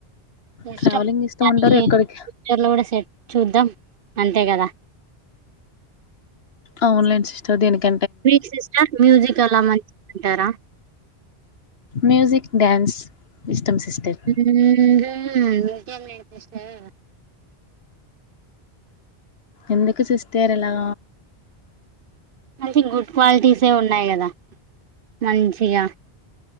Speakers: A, on the right; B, on the left.
A: ఇష్టం
B: ట్రావెలింగ్ ఇష్టం
A: కానీ
B: అంటారు ఎక్కడికి
A: ఫ్యూచర్లో గూడా సెట్ చూద్దాం అంతే గదా
B: అవును లేండి సిస్టర్ దినికి
A: మీక్ సిస్టర్ మ్యూజిక్ అలా మంచిదంటార
B: మ్యూజిక్ డ్యాన్స్ ఇస్టమ్ సిస్టర్
A: <unintelligible>
B: ఎందుకు సిస్టర్ ఇలా
A: అయితే గుడ్ క్వాలిటీసే ఉన్నాయి గదా మంచిగా